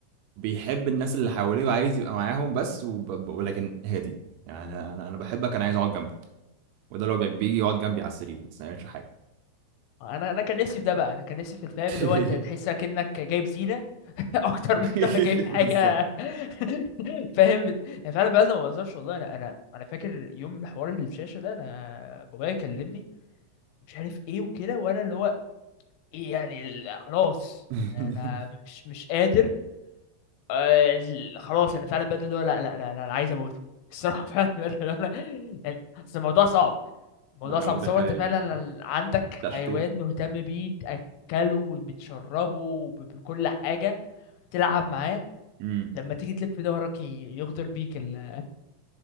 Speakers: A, on the right; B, on the left.
A: بيحب الناس اللي حواليه وعايز يبقى معاهم بس وب... ولكن هادي يعني انا انا أنا بحبك انا عايز اقعد جنبك وده اللي هو بيجي يقعد جنبي على السرير بس ما يعملش حاجه
B: انا انا كان نفسي في ده بقى انا كان نفسي في الفهم
A: <laughs>
B: اللي هو انت تحس كأنك جايب زينه <laughs> اكتر
A: <laughs>
B: ما انت جايب حاجه
A: بالظبط
B: <laughs> فاهم بت... يعني فعلا بقى ده ما بهزرش والله انا انا انا فاكر يوم حوار الشاشه ده انا بابايا كلمني مش عارف ايه وكده وانا اللي هو إيه يعني ال- خلاص
A: <laughs>
B: انا مش مش قادر آه، ال- خلاص انا فعلا بدل اللي هو لا لا لا لا انا عايز اموته الصراحه <laughs> فعلا بدل اللي هو انا يعني اصل الموضوع صعب الموضوع
A: انا
B: صعب
A: متخيل
B: تصور انت فعلا
A: بصراحه
B: عندك
A: تشتين
B: حيوان مهتم بيه تاكله وبتشربه وب- بكل حاجه تلعب معاه
A: امم
B: لما تيجي تلف ظهرك ي- يغدر بيك ال